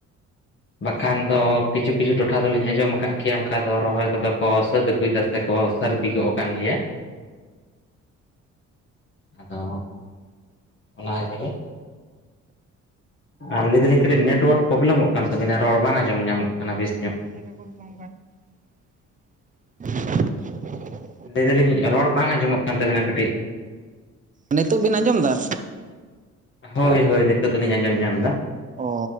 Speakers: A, on the left (about 40°); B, on the right (about 25°).
A: ᱵᱟᱠᱷᱟᱱ ᱫᱚ ᱠᱤᱪᱷᱩᱼᱠᱤᱪᱷᱩ ᱴᱚᱴᱷᱟ ᱫᱚᱞᱤᱧ ᱟᱸᱡᱚᱢ ᱟᱠᱟᱫ ᱠᱮᱭᱟ ᱚᱱᱠᱟ ᱫᱚ ᱨᱚᱦᱚᱭ ᱠᱚᱫᱚ ᱠᱚ ᱥᱟᱹᱛ ᱟᱹᱜᱩᱭᱮᱫᱟ ᱥᱮᱠᱚ ᱥᱟᱹᱨᱫᱤ ᱜᱚᱜᱼᱟᱠᱟᱱ ᱜᱮᱭᱟ᱾ ᱟᱫᱚ ᱚᱱᱟᱜᱮ ᱟᱨ ᱞᱟᱹᱭ ᱫᱟᱹᱞᱤᱧ ᱠᱟᱹᱴᱤᱡ ᱱᱮᱴᱣᱟᱨᱠ ᱯᱨᱳᱵᱽᱞᱮᱢᱚᱜ ᱠᱟᱱ ᱛᱟᱹᱵᱤᱱᱟ ᱨᱚᱲ ᱵᱟᱝ ᱟᱸᱡᱚᱢ ᱧᱟᱢᱚᱜ ᱠᱟᱱᱟ ᱵᱮᱥ ᱧᱚᱜ ᱾
B: <inaudible>
A: ᱞᱟᱹᱭ ᱫᱟᱞᱤᱧ ᱨᱚᱲ ᱵᱟᱝ ᱟᱸᱡᱚᱢᱚᱜ ᱠᱟᱱ ᱛᱟᱵᱤᱱᱟ ᱠᱟᱹᱴᱤᱡ
B: ᱱᱤᱛᱚᱜ ᱵᱤᱱ ᱟᱸᱡᱚᱢ ᱮᱫᱟ?
A: ᱦᱳᱭᱼᱦᱳᱭ ᱱᱤᱛᱚᱜ ᱫᱚᱞᱤᱧ ᱟᱸᱡᱚᱢ ᱧᱟᱢ ᱮᱫᱟ᱾
B: ᱚ